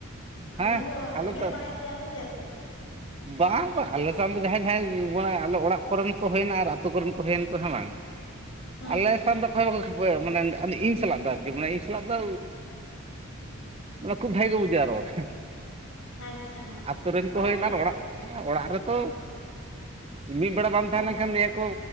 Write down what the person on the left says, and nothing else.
ᱫᱚᱢᱮ ᱠᱚ
ᱮᱜᱮᱨ
ᱵᱟᱲᱟᱭᱮᱫ ᱯᱮᱭᱟ ᱥᱮ ᱪᱮᱫ
ᱦᱮᱸ
ᱟᱪᱪᱷᱟ
ᱦᱳᱭᱛᱚ
ᱦᱮᱸ
ᱦᱳᱭ